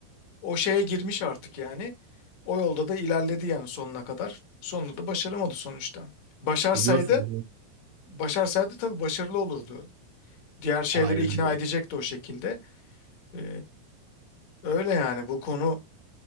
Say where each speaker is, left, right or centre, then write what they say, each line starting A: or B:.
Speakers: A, on the left; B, on the right.
A: o şeye girmiş artık yani. O yolda da ilerledi yani sonuna kadar. Sonunda da başaramadı sonuçta. Başarsaydı,
B: Biliyorsun. bunu.
A: başarsaydı tabii başarılı olurdu. Diğer şeyleri
B: Aynen
A: ikna
B: öyle.
A: edecekti o şekilde. Ee, öyle yani bu konu